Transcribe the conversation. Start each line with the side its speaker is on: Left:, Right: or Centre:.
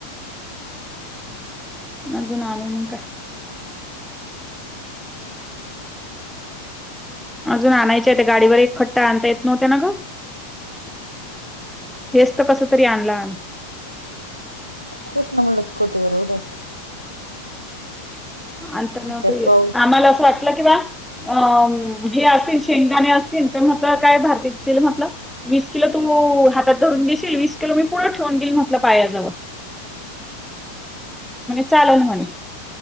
Centre: अजून आणू मग काय. अजून आणायच्या ते गाडीवर एक खट्टा आणता येत नव्हत्या ना ग. हेच तर कस तरी आणला आम्ही.
Right: तेस ना मुलं स्कूट बरड
Centre: आम्हाला
Right: त्यात पाऊस
Centre: असं वाटलं की बा अ हे असतील शेंगदाणे असतील, तर म्हट काय भारती वीकतील म्हटलं, वीस किलो तू हो हातात धरून घशील वीस किलो मी पुढे ठेवून देईल म्हटलं पायाजवळ.. चालेल म्हणे...